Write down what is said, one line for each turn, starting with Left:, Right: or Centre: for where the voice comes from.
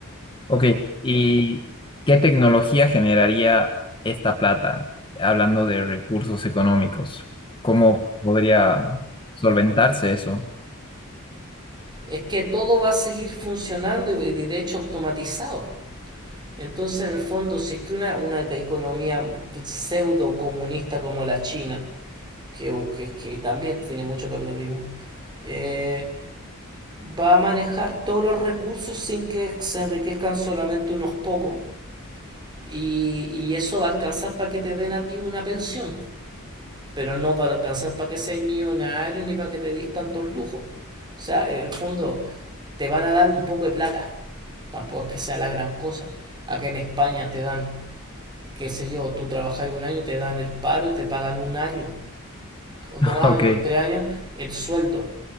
Left: Ok, ¿y qué tecnología generaría esta plata, hablando de recursos económicos? ¿Cómo podría solventarse eso?
Right: es que todo va a seguir funcionando y y de hecho automatizado. Entonces, en el fondo, si es que una, una economía pseudo comunista como la China, que, que, que también tiene mucho capitalismo, eh, va a manejar todos los recursos sin que se enriquezcan solamente unos pocos, y, y eso va a alcanzar para que te den a ti una pensión. pero no para alcanzar para que seas millonario ni para que te dis tantos lujos. O sea, en el fondo te van a dar un poco de plata, tampoco es que sea la gran cosa. Acá en España te dan, qué sé yo, tú trabajas un año, te dan el paro y te pagan un año, dos
Left: <laughs>
Right: años,
Left: Ok,
Right: tres años, el sueldo.